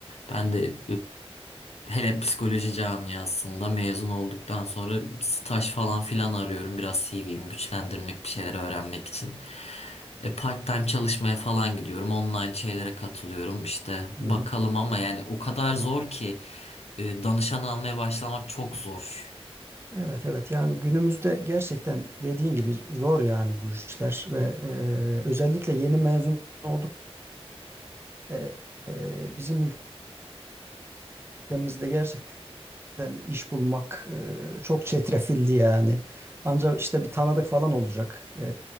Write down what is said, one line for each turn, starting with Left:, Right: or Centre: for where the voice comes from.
Left: Ben de e, hele psikoloji camiasında mezun olduktan sonra staj falan filan arıyorum. Biraz CV'mi güçlendirmek, bir şeyler öğrenmek için. E, part-time çalışmaya falan gidiyorum. Online şeylere katılıyorum. İşte bakalım
Right: Hı hı.
Left: ama yani o kadar zor ki e, danışan almaya başlamak çok zor.
Right: Evet evet yani günümüzde gerçekten dediğin gibi zor yani bu işler ve eee, özellikle yeni mezun olduk. Eee, eee, bizim ülkemizde gerçekten Gerçekten iş bulmak e, çok çetrefilli yani. Ancak işte bir tanıdık falan olacak. E,